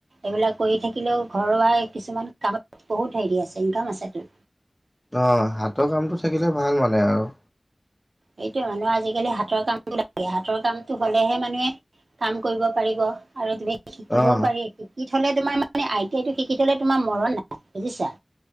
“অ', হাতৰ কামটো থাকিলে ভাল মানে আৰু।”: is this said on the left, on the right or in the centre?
Left